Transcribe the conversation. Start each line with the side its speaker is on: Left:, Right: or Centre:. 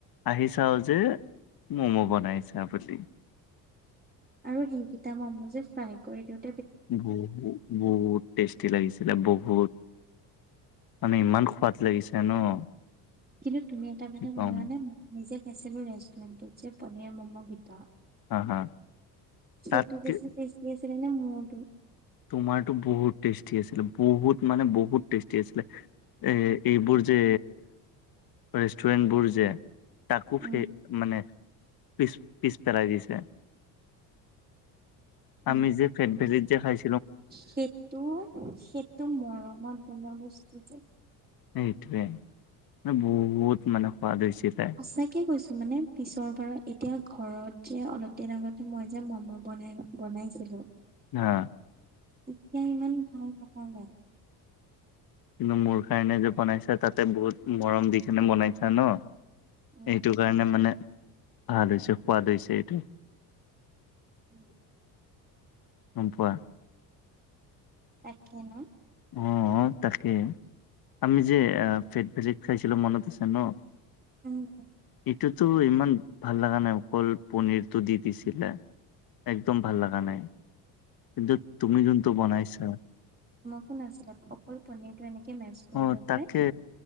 Left: আহি- চাও যে, ম'ম' বনাইছা বুলি।
Right: আৰু সেইকেইটা মই যে ফ্ৰাই কৰি দিওঁ।
Left: ব বহু ষ্টেট। টি লাগিছিলে বহুত। মানে ইমান সোৱাদ লাগিছে ন'।
Right: কিন্তু তুমি এটা কথা
Left: কি
Right: কোৱা
Left: ক'ম
Right: কাৰনে। মই নিজে খাইছিলো ৰেষ্টুৰেণ্টত যে পনীৰ ম'ম' কিটা
Left: হা হা তাতকে
Right: হেটো বেছি টেষ্টি আছিলে নে মোৰটো?
Left: তোমাৰতো বহুত টেষ্টি আছিলে বহুত মানে বহুত টেষ্টি আছিলে। এ, এইবোৰ যে ৰেষ্টুৰেণ্টবোৰ যে। তাকো
Right: উম
Left: ফেই, মানে পিছ, পিছ পেলাই দিছে।
Right: উম
Left: আমি যে ফেট
Right: অ',
Left: ভেলিত যে খাই-
Right: সেইটো, সেইটো মৰমত বনোৱা বস্তু যে।
Left: সেইটোৱে। ব বহুত মানে সোৱাদ হৈছিলে।
Right: সঁচাকে কৈছো মানে পিছৰ বাৰ, এতিয়া ঘৰত যে অলপ দিন আগতে মই যে ম'ম' বনাই, বনাই নিছিলো
Left: হা
Right: এতিয়া ইমান ভাল <unintelligible>
Left: কিন্তু মোৰ কাৰণে যে বনাইছা তাতে বহুত মৰম দি কিনে বনাইছা ন।
Right: উম
Left: এইটো কাৰণে মানে ভাল হৈছে সোৱাদ হৈছে এইটো।
Right: উম
Left: গম পোৱা?
Right: তাকে নে?
Left: অ তাকে। আমি যে ফেট ভেলেট খাইছিলো মনত আছে ন'?
Right: উম উম
Left: ইটো তো' ইমান ভাল লাগা নাই অকল পনিৰটো দি দিছিলে। একদম ভাল লগাগা নাই কিন্তন্তু তুমি যোনটোু বনাইছা।
Right: একো নাছিলে অকল পনীৰ টো এনেকে মেচ কৰি
Left: অ
Right: লৈ পেলাই
Left: তাকে